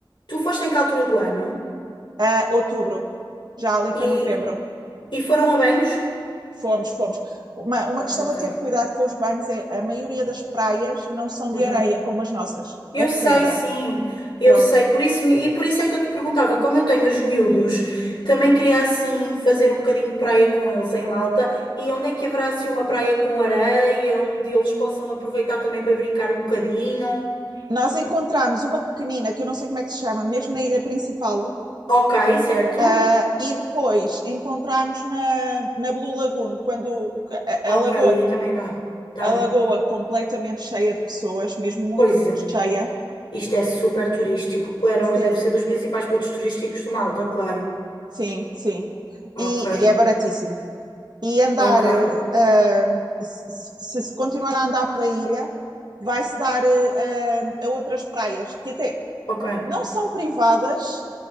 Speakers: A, on the left; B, on the right.
A: Tu foste em que altura do ano?
B: uh, outubro, já ali para
A: E,
B: novembro.
A: e foram a banhos?
B: Fomos, fomos. Uma, uma
A: Pronto,
B: questão
A: ok.
B: a ter cuidado com os banhos é a maioria das praias não são
A: Uhum.
B: de areia como as nossas,
A: Eu
B: é pedra.
A: sei, sim, eu
B: Pronto.
A: sei. Por isso, me- e por isso é que eu te perguntava, como eu tenho os miúdos, Uhum. também queria assim fazer um bocadinho de praia com eles em Malta. E onde é que haverá assim uma praia com areia, onde eles possam aproveitar também para brincar um bocadinho?
B: Nós encontramos uma pequenina, que eu não sei como é que se chama, mesmo na ilha principal,
A: Ok, certo.
B: Uh, e depois encontramos na, na Blue Lagoon, quando a,
A: Ok,
B: a, lagoa,
A: aí também dá. Está
B: a
A: bem.
B: lagoa completamente cheia de pessoas, mesmo muito,
A: Pois
B: muito
A: é.
B: cheia.
A: Isto é super turístico. Claro,
B: Sim,
A: deve ser dos principais pontos turísticos de Malta, claro.
B: sim, sim.
A: Ok,
B: E, e é baratíssimo. e andar,
A: ok,
B: uh, se, se continuar a andar pela ilha, vai-se dar uh, a outras praias, que até
A: ok.
B: não são privadas,